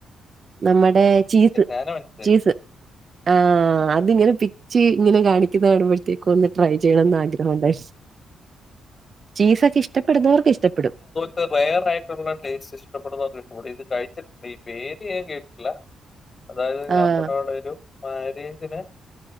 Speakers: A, on the right; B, on the left.
A: നമ്മടെചീസ്
B: അതന്നെമാനസിലായി
A: സ് ആഹ് അതിങ്ങനെപി ച്ചി ഇങ്ങനെകാണിക്കുന്നാണുമ്പോഴത്തേക്കു ഒന്ന്ട്രൈ ചെയ്യണംന്ന് ആഗ്രഹോണ്ടായിരുന്നു ചീസൊക്കെഇഷ്ടപ്പെടുന്നോർക്ക് ഇഷ്ടപ്പെടും
B: ത് വേറായിയിട്ടുള്ളടേസ്റ്റ് ഇഷ്ടപ്പെടുന്നകിട്ടും ഇത് കഴിച്ചിട്ടുണ്ട് ഈപേര്ഞാൻകേട്ട്ട്ടില്ല അതായത്
A: ആഹ്
B: നമ്മടവിടെരുമാരേജ്ന്